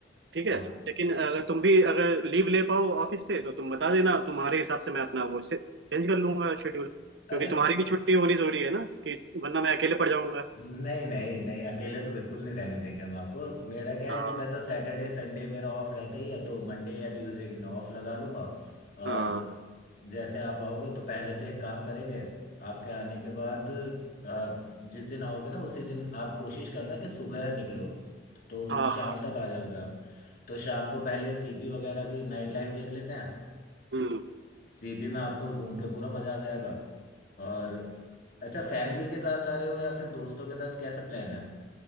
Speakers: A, on the right (about 70°); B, on the left (about 55°).
A: ठीक
B: हाँ
A: है लेकिन अगर तुम भी अगर लीव ले पाओ ऑफिस से तो तुम बता देना तुम्हारे हिसाब से मैं अपना वो चेंज कर लूंगा शेड्यूल
B: अरे
A: क्योंकि तुम्हारी भी छुट्टी होनी जरूरी है ना कि वरना मैं अकेले पड़ जाऊंगा
B: नहीं नहीं नहीं अकेले तो बिल्कुल नहीं रहने देंगे हम आपको मेरा क्या
A: हाँ
B: है कि मैं तो सैटरडे संडे मेरा ऑफ रहता ही है तो मंडे या ट्यूसडे की मैं ऑफ लगा लूंगा और
A: हाँ
B: जैसे आप आओगे तो पहले तो एक काम करेंगे आपके आने के बाद आप जिस दिन आओगे ना उसी दिन आप कोशिश करना कि सुबह निकलो तो
A: हाँ
B: शाम तक आ जाओगे आप तो शाम को पहले सीपी वगैरह की नाइट लाइफ देख लेते हैं
A: हाँ
B: सीपी में आपको घूम के पूरा मजा आ जाएगा और अच्छा फैमिली के साथ आ रहे हो या फिर दोस्तों के साथ कैसे प्लान है